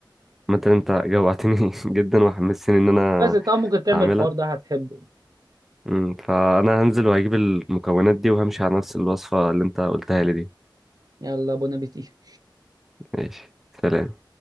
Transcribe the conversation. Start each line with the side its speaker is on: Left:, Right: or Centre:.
Centre: عامة أنت جوعتني <laughs> جدا وحمستني إن أنا
Right: بس طبعا ممكن تعمل
Centre: أعملها
Right: الحوار ده هتحبه يعني
Centre: مم. فأنا هنزل وهجيب المكونات دي وهمشي على نفس الوصفة اللي أنت قلتها لي دي
Right: يلا بون ابيتي
Centre: ماشي سلام